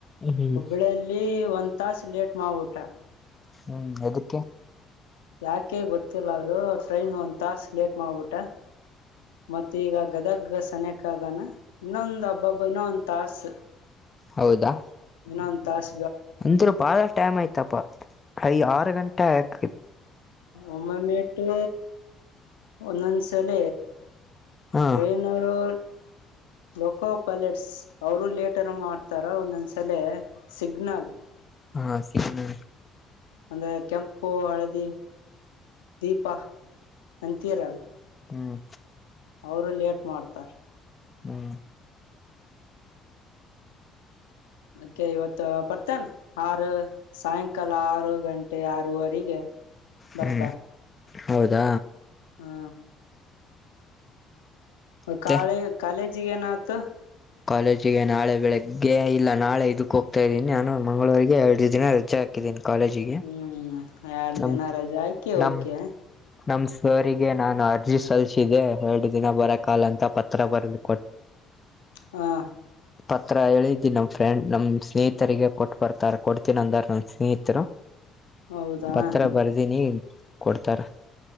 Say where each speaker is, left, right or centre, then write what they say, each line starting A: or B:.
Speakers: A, on the left; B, on the left.
A: ಹ್ಮ್
B: ಹುಬ್ಬಳ್ಳಿಯಲ್ಲಿ ಒ ತಾಸು ಲೇಟ್ ಮಾ ಊಟಾ
A: ಹ್ಮ್ ಎದಕ್ಕೆ
B: ಯಾಕೆ ಗೊತ್ತಿಲ್ಲ ಅದು ಟ್ರೈನ್ ಒಂದ್ ತಾಸ ಲೇಟ್ ಮಾಡ್ಬಿಟ್ಟ ಮತ್ತ ಈಗ ಗದಗ್ ಸನಯಕಾದನ ಇನ್ನೊಂದ್ ಹಬ್ಬ ಹಬ್ಬ ಇನ್ನೊ ಒಂದ್ ತಾಸ
A: ಹೌದಾ
B: ಇಏನ್ಂತಾಸ
A: ಅಂದ್ರ ಬಾಳ ಟೈಮ್ ಆಯ್ತಪ್ಪ ಅಯ ಆರು ಗಂಟೆ ಆಕ
B: ಉಮ್ಮಮೇಟ್ಟು ಒಂದೊಂದ್ಸಲ
A: ಹಾ
B: ಟ್ರೈನರು ಲೊಕೋ ಪೈಲಟ್ಸ್ ಅವರು ಲೇಟರ್ ಮಾಡ್ತಾರ ಒಂದೊಂದ್ಸಲ ಸಿಗ್ನಲ್
A: ಹಾ ಸಿನ್
B: ಅಂದ್ರೆ ಕೆಂಪು ಹಳದಿ ದೀಪ ಅಂತೀರಲ್ಲ
A: ಹ್ಮ್
B: ಅವರು ಲೇಟ್ ಮಾಡ್ತಾರ
A: ಹ್ಮ್
B: ಅಕೆ ಇವತ್ತು ಬರ್ತನ್ ಆರು ಸಾಯಂಕಾಲ ಆರು ಗಂಟೆ ಆರವರೆಗೆ
A: ಹ್ಮ್
B: ಬರ್ತಾ
A: ಹೌದಾ
B: ಹಾ
A: ಮತ್ತೆ
B: ಕಾಳ ಕಾಾಲೇಜಿಗೆನಾತು
A: ಕಾಲೇಜಿಗೆ ನಾಳೆ ಬೆಳಿಗ್ಗೆ ಇಲ್ಲ ನಾಳೆ ಇದಕ್ ಹೋಗ್ತಾ ಇದ್ದೀನಿ ನಾನು ಮಂಗಳವಾರಿಗೆ ಎರಡು ದಿನ ರಜೆ ಹಾಕಿದ್ದೀನಿ ಕಾಲೇಜಿಗೆ
B: ಹ್ಮ್ ಎರಡು
A: ನಮ್
B: ದಿನ ರಜೆ ಹಾಕಿ ಹೊಕ್ಕಿಯ
A: ನಮ್ ನಮ್ ಸರ್ರಿಗೆ ನಾನು ಅರ್ಜಿ ಸಲ್ಲಿಸಿದ್ದೆ ಎರಡು ದಿನ ಬರಕಾಗಲ ಅಂತ ಪತ್ರ ಬರ್ದೆ
B: ಹಾ
A: ಪತ್ರ ಹೇಳಿದ್ದಿ ನಮ್ ಫ್ರೆಂಡ್ ನಮ್ ಸ್ನೇಹಿತರಿಗೆ ಕೊಟ್ ಬರ್ತಾರ ಕೊಡ್ತೀನ ಅಂದಾರ ನನ್ ಸ್ನೇಹಿತರು
B: ಹೌದಾ
A: ಪತ್ರ ಬರ್ದೀನಿ ಕೊಡ್ತಾರ